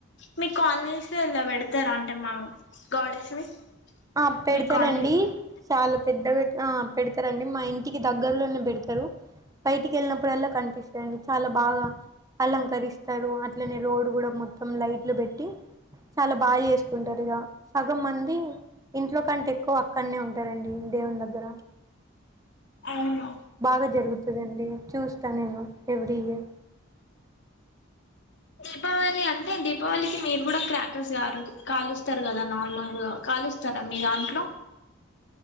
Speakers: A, on the left; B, on the right.
A: మీ కాలనీస్లల్లా వెడతారా అంటే మా గాడెస్ ని
B: అ పెడతారండి
A: మీ కాలనీలో
B: చాలా పెద్దగా ఆ పెడతారండి మా ఇంటికి దగ్గరలోనే పెడతారు బయటికి వెళ్ళినప్పుడల్లా కనిపిస్తాయండి చాలా బాగా అలంకరిస్తారు అట్లనే రోడ్ కూడా మొత్తం లైట్లు బెట్టి చాలా బాగ చేసుకుంటారు ఇగ సగం మంది ఇంట్లో కంటే ఎక్కువ అక్కనే ఉంటారండి దేవుని దగ్గర
A: అవున
B: బాగా జరుగుతదండి చూస్తా నేను ఎవ్రీ ఇయర్
A: దీపావళి అంటే దీపావళికి మీరు కూడా క్రాకర్స్ కారు కాలుస్తారు కదా నార్మల్ గా కాలుస్తార మీ దాంట్లో